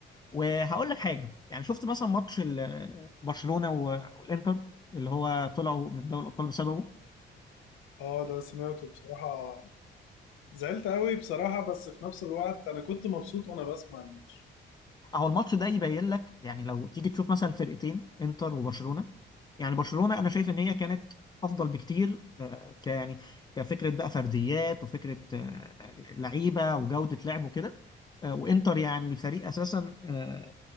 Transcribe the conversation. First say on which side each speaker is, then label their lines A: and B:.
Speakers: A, on the left (about 20°); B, on the left (about 85°).
A: وهقول لك حاجه يعني شفت مثلا ماتش ال- برشلونه و- والانتر اللي هو طلعوا من دوري الابطال بسببه
B: اه ده سمعته بصراحة زعلت قوي بصراحة بس في نفس الوقت انا كنت مبسوط وانا بسمع الماتش
A: اهو الماتش ده يبين لك يعني لو تيجي تشوف مثلا الفرقتين انتر وبرشلونه يعني برشلونه انا شايف ان هي كانت افضل بكتير آه، ك يعني كفكره بقى فرديات وفكره آه، لعيبه وجوده لعب وكده آه، وانتر يعني الفريق اساسا آه،